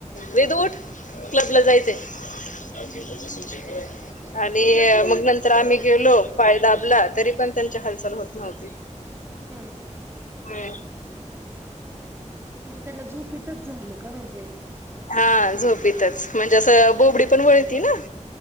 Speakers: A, on the left (about 85°); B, on the right (about 20°).
A: वेदु उठ क्लब ला जायचंय. अगे <inaudible> ल सुूच क मग नंतर आम्ही गेलो पाय दाबला तरी पण त्यांची हालचाल होत नव्हती.
B: हम्म
A: हम,
B: म्हणजे त्यांना झोपतच झालं का म्हणजे.
A: हा, झोपतच म्हणजे असं बोबडी पण वळती ना.